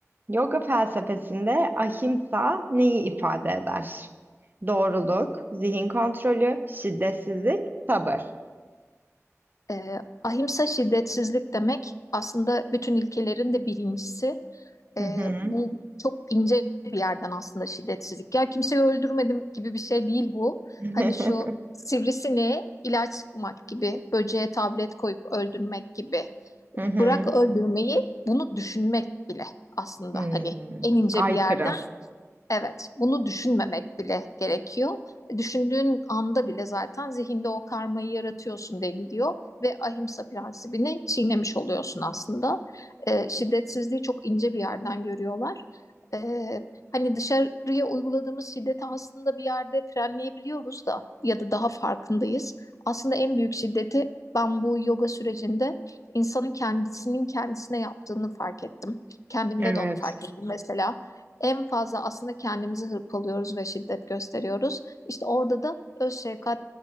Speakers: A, on the right (about 40°); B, on the left (about 80°).
A: Yoga felsefesinde ahimsa neyi ifade eder? Doğruluk, zihin kontrolü, şiddetsizlik, sabır.
B: E, ahimsa şiddetsizlik demek aslında bütün ilkelerin de birincisi.
A: Hı
B: E,
A: hı.
B: bu çok ince bir yerden aslında şiddetsizlik. Ya kimseyi öldürmedim gibi bir şey değil bu.
A: <laughs>
B: Hani şu sivrisineğe ilaç sıkmak gibi, böceğe tablet koyup öldürmek gibi.
A: Hı hı.
B: Bırak öldürmeyi, bunu düşünmek bile aslında
A: Hmm.
B: hani en ince
A: Aykırı.
B: bir yerden Evet, bunu düşünmemek bile gerekiyor. Düşündüğün anda bile zaten zihinde o karmayı yaratıyorsun deniliyor ve ahimsa prensibini çiğnemiş oluyorsun aslında. Ee, şiddetsizliği çok ince bir yerden görüyorlar. Ee, hani dışarıya uyguladığımız şiddeti aslında bir yerde frenleyebiliyoruz da ya da daha farkındayız. Aslında en büyük şiddeti ben bu yoga sürecinde insanın kendisinin kendisine yaptığını fark ettim. Kendimde
A: Evet.
B: de onu fark ettim mesela en fazla aslında kendimizi hırpalıyoruz ve şiddet gösteriyoruz. İşte orada da öz şefkat